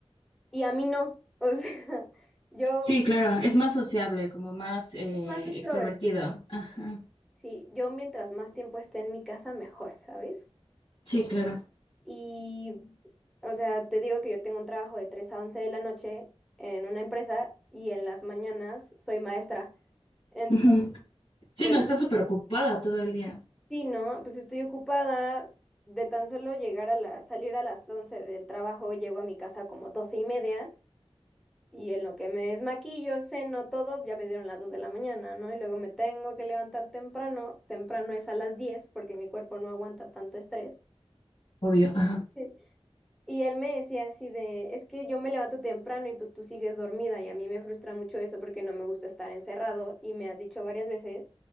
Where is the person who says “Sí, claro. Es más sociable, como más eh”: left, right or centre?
Left